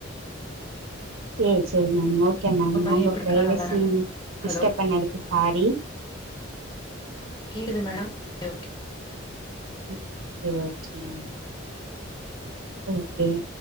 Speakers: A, on the right; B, on the left.
A: செரி செரி மேம் ஓகே மேம் ந
B: பைய
A: உங்க
B: எப்டி
A: பிரைவசி
B: இருக்கா நல்லா இருக்கானா
A: டிஸ்டர்ப்
B: ஹலோ
A: பண்ணதுக்கு சாரி
B: கேக்குது மேடம் <inaudible> கே
A: ம் கேக்குதா தோழி ஓகே